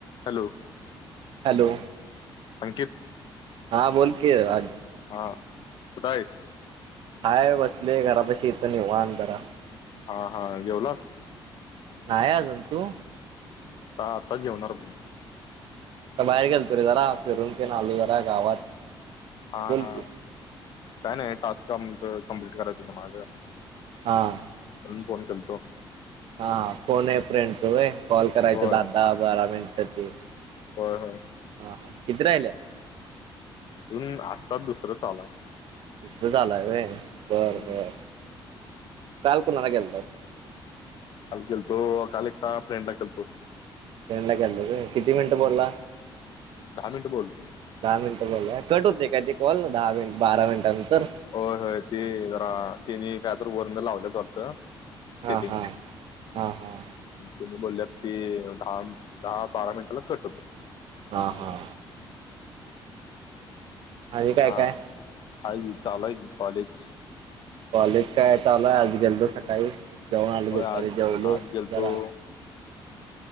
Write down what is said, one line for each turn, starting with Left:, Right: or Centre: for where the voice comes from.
Left: Hello.
Right: Hello
Left: Ankit
Right: हा बोल की राज
Left: हां कुठ आहेस?
Right: हाय बसलोय घरापाशी इथं निवांत आता.
Left: हा हा जेवलास.
Right: नाय अजून तू?
Left: हां आता जेवणार बघ.
Right: तर बाहेर गेलतो रे जरा फिरून तेन आलू जरा गावात
Left: हा
Right: बोल
Left: हा
Right: की
Left: काय नाही टास्क आमचं कंप्लीट करायचं होत माझं.
Right: हां.
Left: तर मी फोन केलतो.
Right: हां फोन अ फ्रेंडच व्हय कॉल करायच
Left: होय
Right: दहा दहा बारा मिनिटची.
Left: होय. होय.
Right: हा हा किती राहिल्यात.
Left: अजून आत्ताच दुसरं चालू हाय.
Right: तस झालंय बरं
Left: हम्म.
Right: बर काल कुणाला केलंतास?
Left: अ काल केलतो काल एका फ्रेंडला केलतो.
Right: फ्रेंड ला केलं व्हय. किती मिनिट
Left: हम्म.
Right: बोलला?
Left: दहा मिनिटं बोललो
Right: दहा मिनिटं बोल. कट होते काय ते कॉल दहा मि बारा मिनिटानंतर
Left: होय होय ती जरा तिने काय तर <unintelligible> लावलय वाटत
Right: हा
Left: सेटिंग.
Right: हा हा हा
Left: मग तिने बोलल्यात ती दहा दहा बारा मिनिटाला कट होते.
Right: हा हा. आणि काय
Left: हा
Right: काय
Left: हाई चालूय की कॉलेज.
Right: कॉलेज काय चालू आहे आज गेलतो सकाळी जाऊन आलो
Left: होय
Right: दुपारी
Left: आज
Right: जेवलो
Left: आज गेलतो
Right: जरा